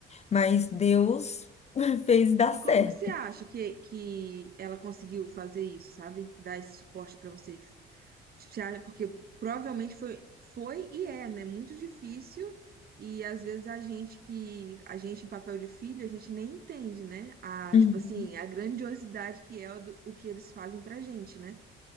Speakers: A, on the left; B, on the right.
A: Mas Deus <laughs> fez dar
B: E
A: certo.
B: como que você acha que, que ela conseguiu fazer isso, sabe? Dar esse suporte pra vocês? Tipo, você acha- Porque provavelmente foi, foi e é, né? Muito difícil. E às vezes a gente que, a gente em papel de filho, a gente nem entende, né? A,
A: Uhum.
B: tipo assim, a grandiosidade que é o, do- o que eles fazem pra gente, né?